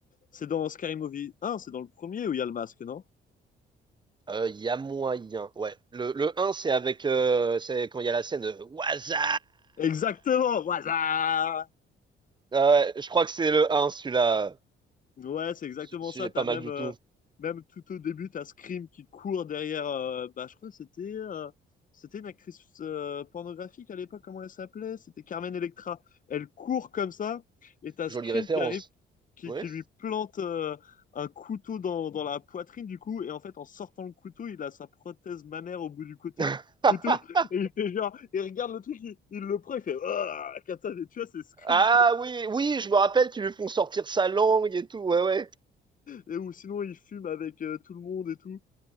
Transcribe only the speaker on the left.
C'est dans Scary Movie Un, c'est dans le premier où il y a le masque, non?
Exactement. Voilà.
Ouais, c'est exactement
ça.
T'as
même,
euh,
même tout au début, t'as Scream qui court derrière. euh, bah, je crois que c'était euh, c'était une actrice euh, pornographique à l'époque. Comment elle s'appelait? C'était Carmen Electra. Elle court comme ça, et t'as Scream
qui arrive, qui,
qui lui plante euh, un couteau dans, dans la poitrine du coup. Et en fait, en sortant le couteau, il a sa prothèse mammaire au bout du côté.
Couteau, et il fait genre, il regarde le truc, il, il le prend, il fait ah, comme ça, tu vois, c'est Scream,
tu vois.
Et, ou sinon, il fume avec euh, tout le monde et tout.